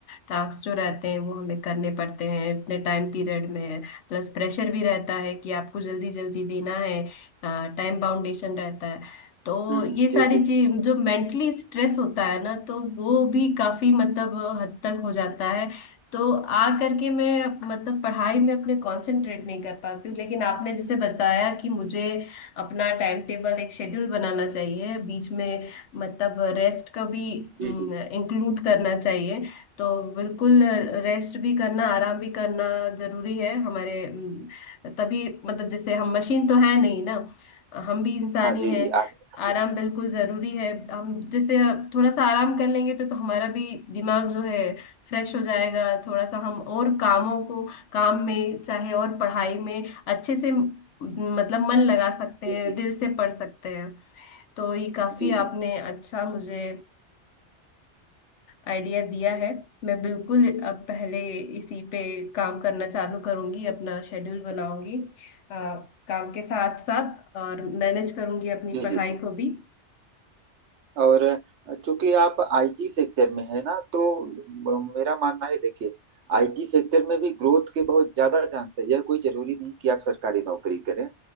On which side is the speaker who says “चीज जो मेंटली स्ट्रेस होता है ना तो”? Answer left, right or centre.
Left